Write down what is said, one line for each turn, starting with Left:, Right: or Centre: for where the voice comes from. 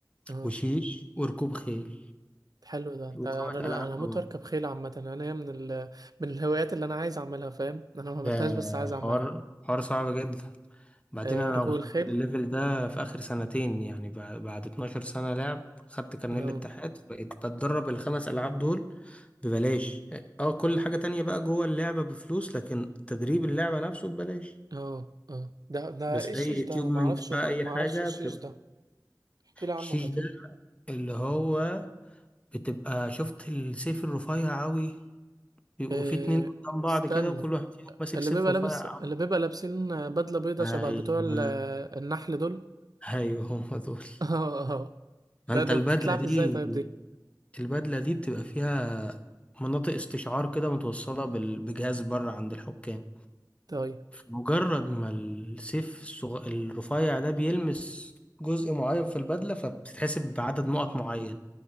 Right: اه
Left: وشيش وركوب خيل
Right: حلو ده ده
Left: وخمس
Right: انا انا
Left: ألعاب في
Right: هموت
Left: بعض
Right: واركب خيل عامة انا هي من ال... من الهوايات اللي انا عايز اعملها فاهم انا ما عملتهاش
Left: ده
Right: بس عايز
Left: حوار
Right: اعملها
Left: حوار صعب جدا بعدين
Right: آه
Left: أنا
Right: ركوب
Left: وصلت
Right: الخيل
Left: للليفل ده في آخر سنتين يعني بعد, بعد 12 سنة لعب خدت كارنيه
Right: اه
Left: الاتحاد بقيت بتدرب الخمس ألعاب دول ببلاش اه كل حاجة تانية بقى جوه اللعبة بفلوس لكن تدريب اللعبة نفسه ببلاش
Right: اه اه ده ده
Left: بس
Right: ايه الشيش
Left: أي اكيوبمنت
Right: ده انا ما اعرفش
Left: بقى
Right: ما
Left: أي
Right: اعرفش
Left: حاجة
Right: الشيش
Left: بتبقى
Right: ده احكي لي عنه
Left: الشيش
Right: كده
Left: ده اللي هو بتبقى شفت السيف الرفيع أوي بيبقوا
Right: آه
Left: في اتنين قدام بعض
Right: استنى
Left: كده وكل واحد فيهم ماسك
Right: اللي
Left: صفر
Right: بيبقى
Left: وفرق
Right: لابس اللي بيبقى لابسين بدلة بيضة
Left: ايوه
Right: شبه بتوع ال- النحل دول
Left: ايوه هم دول
Right: <laughs> ده
Left: انت
Right: ده
Left: البدله
Right: بتتلعب
Left: دي
Right: ازاي طيب دي
Left: البدله دي بتبقى فيها مناطق استشعار كده متوصله بال- بجهاز بره عند الحكام
Right: طيب
Left: مجرد ما السيف الصغ... الرفيع ده بيلمس جزء معين في البدله فبتتحسب بعدد نقط معين